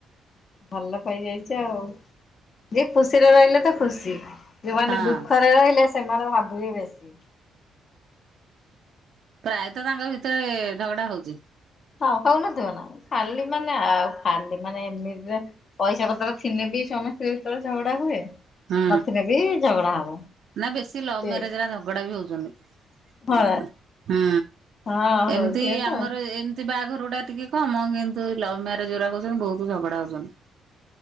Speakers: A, on the left; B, on the right.
A: ଭଲ ପାଇଯାଇଛି ଆଉ ଯିଏ ଖୁସିରେ ରହିଲେ ତ ଖୁସି। ଜୁମାନେ
B: ହଁ
A: ଦୁଃଖରେ ରହିଲେ ସେମାନେ ଭାବିବେ ବେଶୀ।
B: ପ୍ରାୟତଃ ତାଙ୍କ ଭିତରେ ଝଗଡା ହଉଛି।
A: ହଁ ହଉନଥିବ ନା ଖାଲି ମାନେ ଆଉ ଖାଲି ମାନେ ଏମିତିରେ ପଇସା ପତର ଥିନେ ବି ସ୍ବାମୀ ସ୍ତ୍ରୀ ଭିତରେ ଝଗଡା ହୁଏ।
B: ହୁଁ
A: ନଥିଲେ ବି ଝଗଡା ହବ
B: ନା ବେଶୀ ଲଭ
A: ସେ
B: ମ୍ୟାରେଜରେ ଝଗଡା ବି ହଉଛନ୍ତି।
A: ହଁ
B: ହୁଁ
A: ହଁ ହଉଥିବେ
B: ଏମିତି
A: ତ।
B: ଆମର ଏମ ତି ବାହାଘରୁଟା ଟିକେ କମ କିନ୍ତୁ ଲଭ ମ୍ୟାରେଜ ଗୁଡା କଉଚନ୍ତି ବହୁତ ଝଗଡା ହଉଛନ୍ତି।